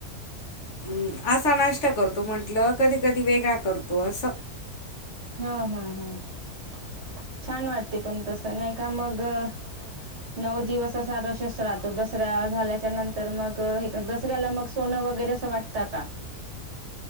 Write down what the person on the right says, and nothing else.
हां हां हं छांन वाटते पणं तसं नाहीं कां मगं नऊ दिवसं असां दसऱ्यां झाल्यांच्या नंतर मगं हे दसऱ्यांला मगं सोनं वगैरें. असं वाटतां कां?